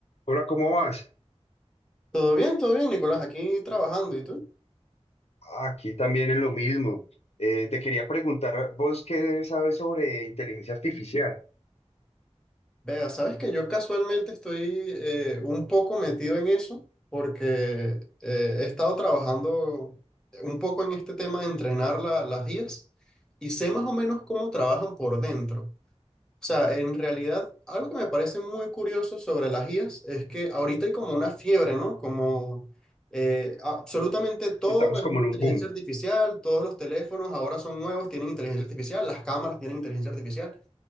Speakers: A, on the left; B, in the centre.
A: Hola, ¿cómo vas?
B: Todo bien, todo bien, Nicolás, aquí trabajando. ¿Y tú?
A: Aquí también en lo mismo. Eh, te quería preguntar, ¿vos qué sabes sobre inteligencia artificial?
B: Vea, sabes que yo casualmente estoy eh, un poco metido en eso porque eh, he estado trabajando un poco en este tema de entrenar la- las guías y sé más o menos cómo trabajan por dentro. O sea, en realidad, algo que me parece muy curioso sobre las IAs es que ahorita hay como una fiebre, ¿no? Como eh, absolutamente todo
A: Estamos
B: es
A: como
B: una
A: en
B: inteligencia
A: un boom.
B: artificial, todos los teléfonos ahora son nuevos, tienen inteligencia artificial, las cámaras tienen inteligencia artificial.